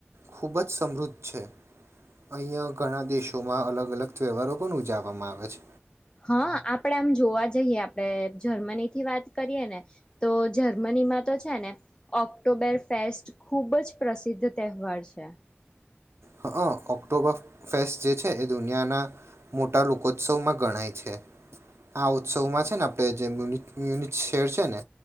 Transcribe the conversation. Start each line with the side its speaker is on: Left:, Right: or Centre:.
Right: ખૂબ જ સમૃદ્ધ છે અહીંયા ઘણા દેશોમાં અલગ અલગ તહેવારો પણ ઉજવવામાં આવે છે
Left: હા આપણેે આમ જોવા જઈએ આપણેે જર્મની થી વાત કરીએ ને તો જર્મનીમાં તો છે ને ઓક્ટોબર ફેસ્ટ ખૂબ જ પ્રસિદ્ધ તહેવાર છે
Right: હ ઓક્ટોબર ફેસ્ટ જે છે એ દુનિયાના મોટા લોકોત્સવમાં ગણાય છે આ ઉત્સવમાં છે ને આપણે જે મુન મ્યુનિ શેર છે ને